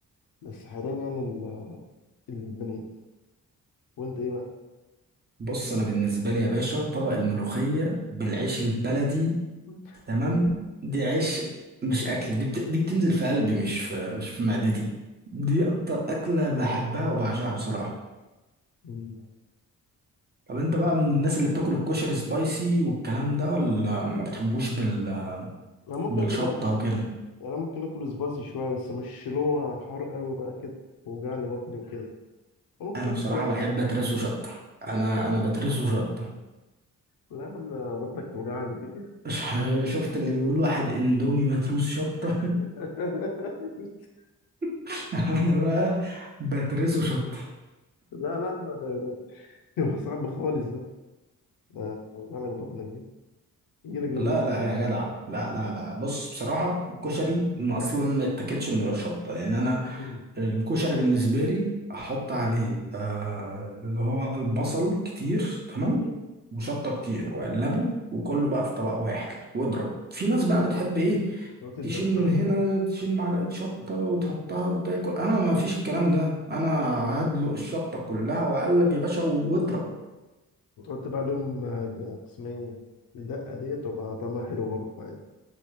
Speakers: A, on the left; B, on the right.
A: بس حاليا يعني ال- البانيه وأنت إيه بقى؟
B: بص انا بالنسبة لي يا باشا طبق الملوخية بالعيش
A: مم.
B: البلدي
A: مم.
B: تمام دي عيش مش أكل دي, بت... دي بتنزل في قلبي مش في مش في معدتي دي اكتر أكلة بحبها وبعشقها بصراحة
A: مم.
B: طب انت بقى من الناس
A: مم.
B: اللي بتاكل الكشري سبايسي والكلام ده ولا ما بتحبوش بال...
A: أنا ممكن
B: بالشطة
A: آكل يعني
B: وكده
A: أنا ممكن آكل سبايسي شوية بس مش اللي هو حار أوي بقى كده ووجع لي بطني وكده ممكن
B: انا
A: آكل
B: بصراحه
A: شوية
B: بحب اترسه شطه انا انا بترسه شطه
A: لا يا عم ده بطنك توجعك دي كده
B: <laughs> شفت اللي بيقول واحد اندومي متروس شطه
A: <laughs>
B: <laughs> انا بقى بترسه شطه
A: لا لا ما ده ده- ده <laughs> صعب خالص ده ده ده وجع لك بطنك دي يجي لك بالوقت
B: لا لا يا جدع لا لا لا بص بصراحه الكشري
A: مم.
B: ما اصلا ما يتاكلش من غير شطه لان انا
A: مم.
B: الكشري بالنسبه لي احط عليه آه اللي هو البصل كتير تمام
A: مم.
B: وشطه كتير واقلبه وكله بقى في طبق واحد واضرب في ناس بقى بتحب ايه
A: تقعد تدق
B: تشيل
A: عليه
B: من هنا تشيل معلقة شطة
A: مم.
B: وتحطها وتاكل انا ما فيش الكلام ده انا هدلق
A: مم.
B: الشطة كلها واقلب يا باشا واضرب
A: وتحط بقى عليهم آه، ده اسمها ايه الدقة ديت تبقى طعمها حلو برضه معايا